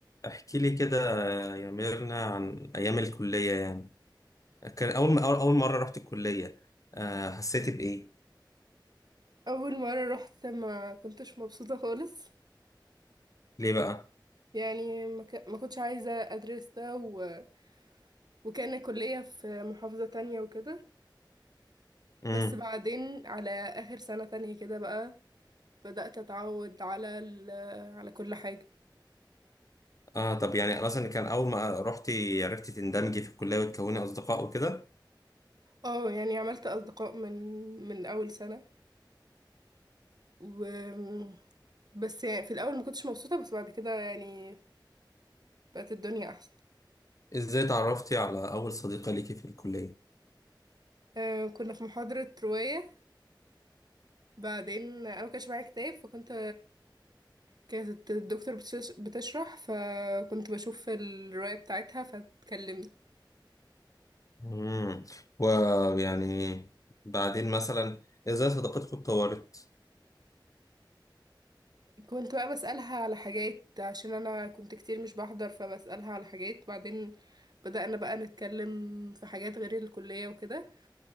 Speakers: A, on the left; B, on the right.
A: احكي لي كده يا ميرنا عن ايام الكليه يعني كان اول ما اول أول مره رحت الكليه آه حسيت بايه
B: اول مره رحت ما كنتش مبسوطه خالص
A: ليه بقى
B: يعني ما ك- ما كنتش عايزه ادرس ده و... وكان الكليه في محافظه تانية وكده
A: امم
B: بس بعدين على اخر سنه تانية كده بقى بدات اتعود على ال... على كل حاجه
A: اه طب يعني اصلا كان اول ما رحتي عرفتي تندمجي في الكليه وتكوني اصدقاء وكده
B: اه يعني عملت اصدقاء من من اول سنه و بس يعني في الاول ما كنتش مبسوطه بس بعد كده يعني بقت الدنيا احسن
A: ازاي تعرفتي على اول صديقه ليكي في الكليه
B: آه، كنا في محاضره روايه بعدين انا ما كانش معايا كتاب فكنت كانت الدكتور بتش- بتشرح فكنت بشوف الرواية بتاعتها فاتكلمنا
A: امم ويعني بعدين مثلا ازاي صداقتكم اتطورت
B: كنت بقى بسألها على حاجات عشان أنا كنت كتير مش بحضر فبسألها على حاجات بعدين بدأنا بقى نتكلم في حاجات غير الكلية وكده